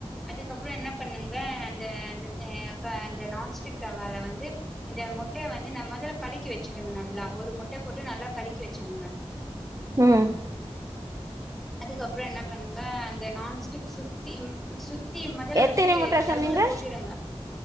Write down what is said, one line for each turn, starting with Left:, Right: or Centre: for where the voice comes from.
Centre: அதுக்கப்பறோ என்ன பண்ணுங்க அந்த அ க நான்ஸ்டிக் தவால வந்து இந்த முட்டைய வந்து நம்ம மொதல்ல கழக்கி வச்சுடுங்க நல்லா ஒரு முட்டைய போட்டு நல்லா கழக்கி வெச் சுருக்க
Right: ம் ம்
Centre: அதுக்கப்பறோ என்ன பண்ணுங்க அந்த நான்ஸ்டிக் சுத்தி சுத் சுத்தி மொதல்ல
Right: எத்தனை
Centre: வந்து
Right: முட்ட சொன்னீங்க
Centre: நடுல போட்டுடுங்க.